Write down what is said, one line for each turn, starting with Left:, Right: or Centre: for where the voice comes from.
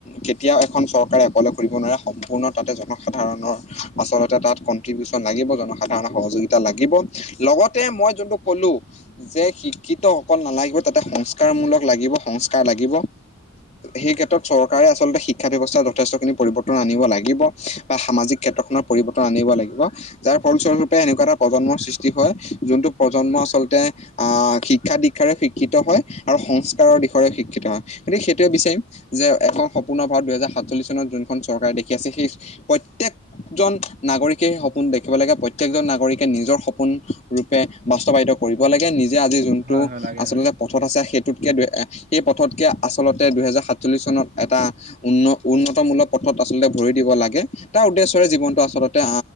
Left: কেতিয়াও এখন চৰকাৰে অকলে কৰিব নোৱাৰে সম্পূৰ্ণ তাতে জনসাধাৰণৰ, আচলতে তাত কন্ট্ৰিবিউচন লাগিব, জনসাধাৰণৰ সহযোগি তা লাগিব, লগতে মই যোনটো কলো যে শিক্ষিত অকল নালাগিব তাতে, সংস্কাৰমূলক লাগিব, সংস্কাৰ লাগিব। সেই ক্ষেত্ৰত চৰকাৰে আচলতে শিক্ষা ব্যৱস্থাৰ যথেষ্টখিনি পৰিৱৰ্তন আনিব লাগিব বা সামাজিক ক্ষেত্ৰখনৰ পৰিৱৰ্তন আনিব লাগিব। যাৰ ফলস্বৰূপে এনেকুৱা এটা প্ৰজন্মৰ সৃষ্টি হয়, যোনটো প্ৰজন্ম আচলতে আ, শিক্ষা দীক্ষাৰে শিক্ষিত হয়। আৰু সংস্কাৰৰ দিশৰেও শিক্ষিত হয়, গতিকে সেইটোৱে বিচাৰিম যে এখন সস্পূৰ্ণ ভাৰত দুহেজাৰ সাতচল্লিশ যোনখন চৰকাৰ দেখি আছে, সেই প্ৰত্যেক জন নাগৰিকে সপোন দেখিব লাগে। প্ৰত্যেকজন নাগৰিকে নিজৰ সপোন ৰূপে বাস্তৱায়িত কৰিব লাগে। নিজে আজি যোনটো
Right: হয়, হয়, লাগে
Left: আচলতে
Right: হয়।
Left: পথত আছে, সেইটোতকৈ দু সেই পথতকৈ আচলতে দুহেজাৰ সাতচল্লিছ চনত এটা উন্ন উন্নত মূলক পথত আচলতে ভৰি দিব লাগে। তাৰ উদ্দেশ্যয়ৰে জীৱনটো আচলতে